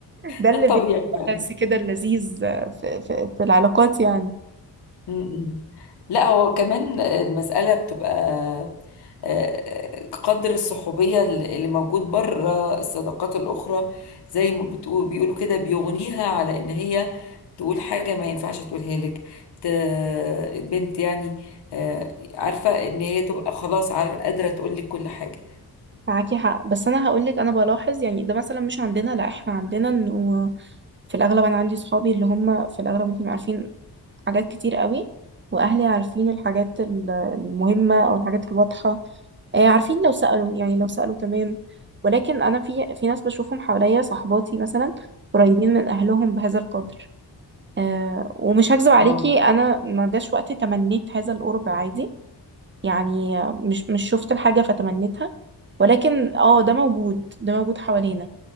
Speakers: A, on the right; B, on the left.
A: ده اللي
B: ده الطبيعي
A: بيدي
B: فعلا
A: البالانس كده اللذيذ في, في, في العلاقات يعني
B: م- م. لا هو كمان المسألة بتبقى آه، آه، قدر الصحوبية اللي موجود بره الصداقات الأخرى زي ما بتقول بيقولوا كده بيغنيها على إن هي تقول حاجة ما ينفعش تقولها لك ت- البنت يعني آه، عارفة إن هي تبقى خلاص عار- قادرة تقول لك كل حاجة
A: معاكي حق بس انا هقول لك انا بلاحظ يعني ده مثلا مش عندنا لا احنا عندنا انه في الاغلب انا عندي صحابي اللي هم في الاغلب ممكن يبقوا عارفين حاجات كتير قوي واهلي عارفين الحاجات ال- المهمه او الحاجات الواضحه آه، عارفين لو سالوا يعني لو سالوا تمام ولكن انا في في ناس بشوفهم حواليا صحباتي مثلا قريبين من اهلهم بهذا القدر آه، ومش هكذب عليكي
B: اه
A: انا ما جاش وقت تمنيت هذا القرب عادي يعني آه، مش مش شفت الحاجه فتمنيتها ولكن اه ده موجود ده موجود حوالينا